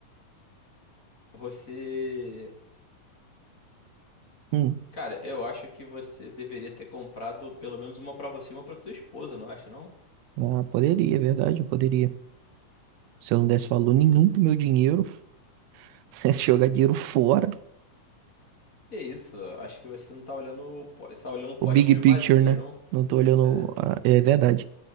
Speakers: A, on the left; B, on the right.
A: Você
B: Hum.
A: Cara, eu acho que você deveria ter comprado pelo menos uma pra você e uma pra tua esposa, não acha, não?
B: Ah, poderia, é verdade, eu poderia. Se eu não desse valor nenhum pro meu dinheiro, <laughs> se jogar dinheiro fora,
A: Que isso, acho que você não tá olhando, o po- você tá olhando o pote
B: o big
A: meio
B: picture,
A: vazio,
B: né?
A: não?
B: Não tô olhando.
A: É,
B: a- É verdade,